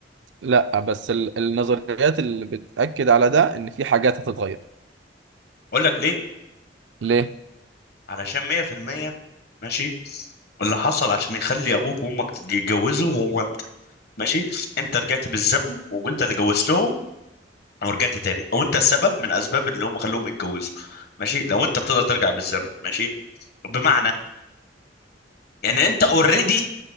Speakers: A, on the right; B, on the left.
A: لا بس ال- النظريات اللي بتأكد على ده ان في حاجات هتتغير
B: اقول لك ليه
A: ليه
B: علشان 100% ماشي اللي حصل عشان يخلي ابوك وامك تتجوزوا هو انت ماشي انت رجعت بالزمن وانت اللي جوزتهم ورجعت تاني او انت السبب من اسباب اللي هم خلوهم يتجوزوا ماشي لو انت بتقدر ترجع بالزمن ماشي بمعنى يعني انت اوريدي